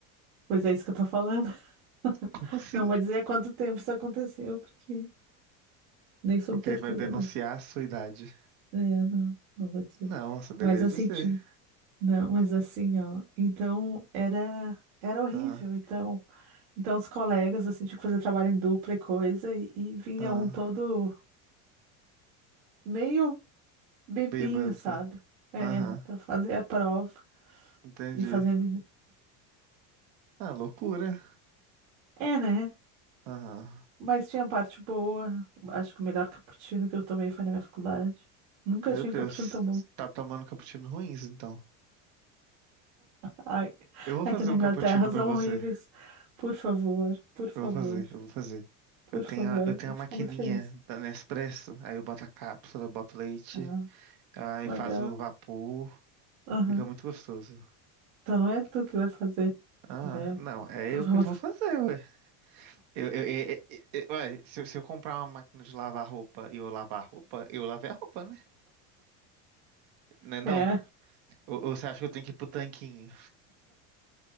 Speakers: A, on the right; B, on the right.
A: Pois é isso que eu tô falando. <laughs>
B: Como assim?
A: Não vou dizer há quanto tempo isso aconteceu, porque nem sob
B: Porque
A: tortura,
B: vai denunciar
A: mas.
B: a sua idade.
A: É, não, não vou dizer.
B: Não, você deveria
A: Mas assim,
B: dizer.
A: tinha. Não, mas assim, ó. Então era, era horrível.
B: Ah,
A: Então. Então, os colegas, assim, tinham que fazer trabalho em dupla e coisa, e, e vinha
B: ah.
A: um todo meio bebinho,
B: Bêbado.
A: sabe? É,
B: Aham.
A: para fazer a prova
B: Entendi.
A: e fazendo.
B: Ah, loucura.
A: É, né?
B: Aham.
A: Mas tinha parte boa. Acho que o melhor cappuccino que eu tomei foi na minha faculdade. Nunca
B: Meu
A: tinha
B: Deus.
A: um cappuccino tão bom.
B: Tá tomando cappuccino ruins, então.
A: Ai,
B: Eu vou
A: aqui
B: fazer
A: na
B: um
A: Inglaterra
B: cappuccino pra
A: são
B: você.
A: horríveis. Por favor, por favor,
B: Eu vou fazer, eu vou fazer.
A: por
B: Eu tenho
A: favor.
B: a, eu tenho
A: Eu
B: a maquininha
A: fico muito feliz.
B: da Nespresso, aí eu boto a cápsula, boto leite,
A: Ah,
B: aí
A: legal.
B: faz o vapor,
A: Aham.
B: fica muito gostoso.
A: Então não é tu que vai fazer,
B: Ah,
A: né?
B: não, é
A: Tu
B: eu
A: vai
B: que vou
A: botar.
B: fazer, ué. Eu, eu, eu- eu- eu- ué, se, eu se eu comprar uma máquina de lavar roupa e eu lavar a roupa, eu lavei a roupa, né? Né não?
A: É,
B: Ou, ou você acha que eu tenho que ir pro tanquinho?